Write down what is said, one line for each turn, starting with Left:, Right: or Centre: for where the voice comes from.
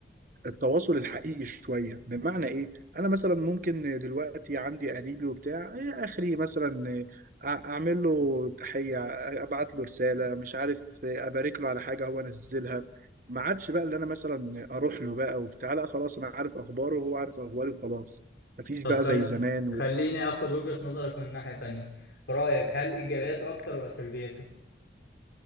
Right: التواصل الحقيقي شويه بمعنى ايه انا مثلا ممكن دلوقتي عندي قريبي وبتاع إيه اخري مثلا أ- اعمل له تحيه ابعت له رساله مش عارف ابارك له على حاجه هو نزلها ما عادش بقى اللي انا مثلا اروح له بقى وبتاع لا خلاص انا عارف اخباره وهو عارف اخباري وخلاص مفيش
Left: طب
Right: بقى
Left: خل...
Right: زي زمان
Left: خليني اخد وجهه نظرك من ناحيه تانية في رايك هل ايجابياته اكتر ولا سلبياته